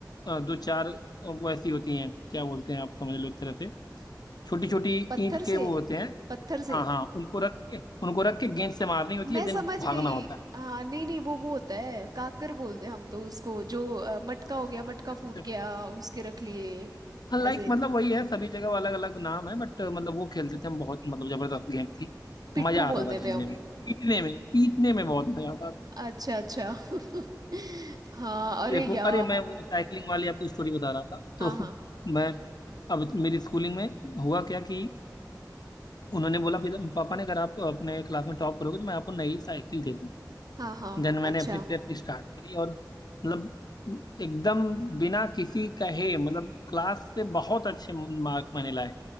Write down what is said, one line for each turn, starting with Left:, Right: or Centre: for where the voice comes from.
Left: अ, दो चार अ, वो ऐसी होती हैं क्या बोलते हैं आप समझ लो एक तरह से छोटी
Right: कुछ
Left: छोटी
Right: पत्थर
Left: ईंट के
Right: से
Left: वो होते हैं
Right: पत्थर से
Left: हाँ हाँ उनको रख के उनको रख के गेंद से मारनी होती
Right: मैं
Left: है देन
Right: समझ
Left: भागना
Right: गई
Left: होता है
Right: हाँ नहीं नहीं वो वो होता है काकर बोलते हैं हम तो उसको जो अ, मटका
Left: अच्छा
Right: हो गया मटका
Left: अच्छा
Right: फूट गया उसके रख लिए
Left: लाइक
Right: ऐसे
Left: मतलब वही है सभी जगह अलग अलग नाम है बट मतलब वो खेलते थे हम बहुत मतलब जबरदस्त गेम थी
Right: पिट्ठू
Left: मजा आता
Right: बोलते
Left: था खेलने
Right: थे हम
Left: में पीटने में पीटने में बहुत मजा आता था
Right: अच्छा अच्छा <laughs> हाँ
Left: तो
Right: अरे
Left: एक
Right: यार
Left: वो अरे मैं वो साइकिलिंग वाली आपको स्टोरी बता रहा था
Right: हाँ
Left: तो
Right: हाँ
Left: मैं अब मेरी स्कूलिंग में हुआ क्या कि उन्होंने बोला "पिता- पापा ने अगर आप अपने क्लास में टॉप करोगे तो मैं आपको नई साइकिल दे दूंगा
Right: हाँ हाँ
Left: देन मैंने
Right: अच्छा
Left: अपनी प्रेप स्टार्ट करी और मतलब एकदम बिना किसी कहे मतलब क्लास से बहुत अच्छे मार्क मैंने लाए